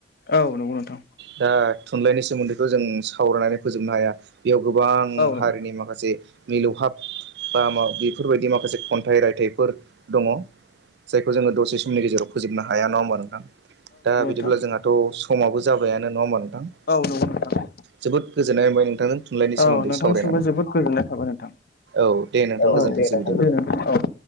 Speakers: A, on the left; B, on the right.
A: औ नंगौ नोंथां।
B: दा थुनलाइनि सोमोन्दैथ' जों सावरायनानै फोजोबनो हाया। बेयाव गोबां
A: औ नंगौ
B: हारिनि माखासे मिलौहाब बा मा बेफोरबायदि माखासे खन्थाइ रायथाइफोर दंङ। जायखौ जोंङो दसे समनि गेजेराव फोजोबनो हाया नंङा होमबा नोंथां दा बिदिब्ला
A: नोंथां
B: जोंहा थ' समाबो जाबायानो नंङा होमबा नोंथां।
A: औ नंगौ नोंथां।
B: जोबोद गोजोननाय मोनबाय नोंथांजों थुनलाइनि
A: औ
B: सोमोन्दै
A: नोंथांनिसिमबो
B: सावरायनानै
A: जोबोद गोजोननाय थाबाय नोंथां।
B: औ दे नोंथां
A: औ
B: गोजोनथोंसै
A: औ दे नोंथां
B: बिदिब्ला
A: दे नोंथां औ।